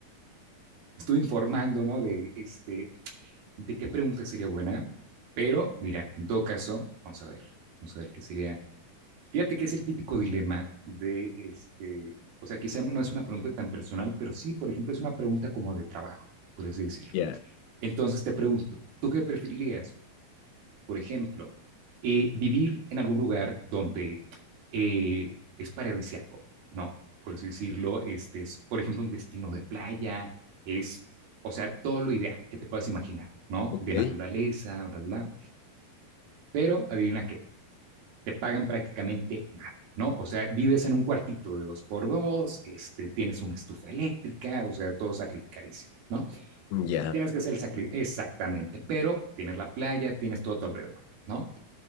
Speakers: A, on the right; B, on the left.
A: estuve informando, ¿no? De, este, de qué pregunta sería buena, pero mira, en todo caso, vamos a ver, vamos a ver qué sería Fíjate que es el típico dilema de, este, o sea, quizá no es una pregunta tan personal, pero sí, por ejemplo, es una pregunta como de trabajo, por así decirlo.
B: Ya,
A: Entonces te pregunto, ¿tú qué preferirías? Por ejemplo, eh, vivir en algún lugar donde eh, es paradisíaco ¿no? Por así decirlo, este es, por ejemplo, un destino de playa, es, o sea, todo lo ideal que te puedas imaginar, ¿no?
B: ok,
A: De naturaleza, bla, bla, bla. Pero adivina qué, te pagan prácticamente nada, ¿no? O sea, vives en un cuartito de dos por dos, este, tienes una estufa eléctrica, o sea, todo sacrificadísimo, ¿no?
B: ya.
A: Tienes que hacer el sacri exactamente, pero tienes la playa, tienes todo a tu alrededor, ¿no?